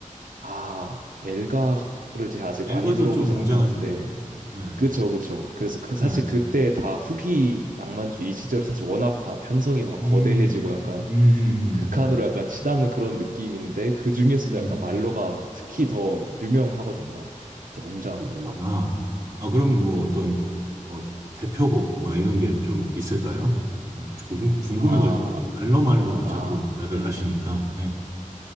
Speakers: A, on the right; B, on the right.
A: 아, 엘가를 제가 아직
B: 엘가도
A: 많이 들어보진
B: 좀 웅장하잖아요.
A: 않았는데
B: 네,
A: 그쵸, 그쵸. 그래서 그
B: 네.
A: 사실 그때 다 후기 낭만주의
B: 네.
A: 이 시절에 사실 워낙 다 편성이
B: 음,
A: 막 거대해지고 약간
B: 음, 음,
A: 극한으로 약간 치닫는 그런 느낌인데 그 중에서도
B: 음,
A: 약간 말러가 특히 더 유명하거든요. 이런 웅장한
B: 끝판왕.
A: 걸로.
B: 아, 그럼 뭐 어떤 어, 대표곡 막 이런 게 좀 있을까요? 음, 궁금- 궁금해가지고
A: 아,
B: 말로말로
A: 아.
B: 자꾸 다들 하시니까 네.